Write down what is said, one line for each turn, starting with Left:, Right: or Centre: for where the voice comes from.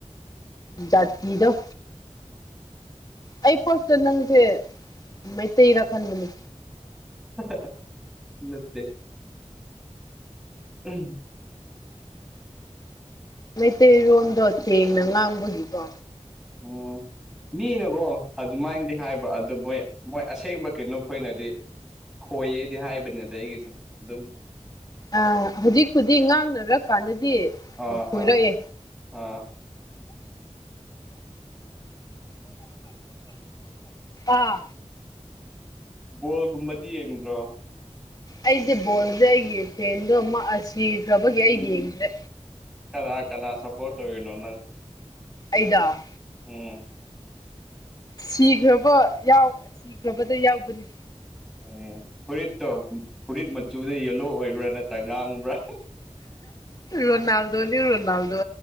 Left: ꯖꯥꯠꯇꯤꯗꫭ ꯑꯩ ꯐꯥꯔ꯭ꯁꯇ ꯅꯪꯁꯦ ꯃꯩꯇꯩꯔ ꯈꯟꯕꯅꯤ
Centre: <unintelligible> ꯅꯠꯇꯦ ꯎꯝ
Left: ꯃꯩꯇꯩꯔꯣꯝꯗꯣ ꯁꯦꯡꯅ ꯉꯥꯡꯕꯒꯤꯀꯣ
Centre: ꯑꯣ ꯃꯤꯅꯀꯣ ꯑꯗꯨꯃꯥꯏꯅꯗꯤ ꯍꯥꯏꯕ ꯑꯗꯨꯗꯣ ꯃꯣꯏ ꯃꯣꯏ ꯑꯁꯦꯡꯕ ꯀꯩꯅꯣꯈꯣꯏꯅꯗꯤ ꯈꯣꯏꯌꯦꯗꯤ ꯍꯥꯏꯕꯅꯤ ꯅꯠꯇ ꯑꯩꯒꯤꯁꯦ ꯑꯗꯨꯝ
Left: ꯑ ꯍꯧꯖꯤꯛꯄꯨꯗꯤ ꯉꯥꯡꯅꯔ ꯀꯥꯟꯗꯗꯤ
Centre: ꯑꯥ
Left: ꯈꯣꯏꯔꯛꯑꯦ
Centre: ꯑꯥ ꯑꯥ
Left: ꯑꯥ
Centre: ꯕꯣꯜꯒꯨꯝꯕꯗꯤ ꯌꯦꯡꯗ꯭ꯔꯣ
Left: ꯑꯩꯁꯦ ꯕꯣꯜꯁꯦ ꯑꯩꯒꯤ ꯐ꯭ꯔꯦꯟꯗꯣ ꯑꯃꯨꯛ ꯁꯤꯈ꯭ꯔꯕꯒꯤ ꯑꯩ ꯌꯦꯡꯗ꯭ꯔꯦ
Centre: ꯀꯅꯥ ꯀꯅꯥ ꯁꯄꯣꯔ ꯇꯧꯅꯣꯅ
Left: ꯑꯩꯗ
Centre: ꯎꯝ
Left: ꯁꯤꯈ꯭ꯔꯕ ꯁꯤꯈ꯭ꯔꯕꯗꯣ ꯌꯥꯎꯕꯅꯤ
Centre: ꯎꯝ ꯐꯨꯔꯤꯠꯇꯣ ꯐꯨꯔꯤꯠ ꯃꯆꯨꯗ ꯌꯦꯂꯣ ꯑꯣꯏꯕ꯭ꯔꯥ ꯅꯠꯇ꯭ꯔꯥ ꯉꯥꯡꯉꯕ꯭ꯔꯥ
Left: ꯔꯣꯅꯥꯜꯗꯣꯅꯤ ꯔꯣꯅꯥꯜꯗꯣ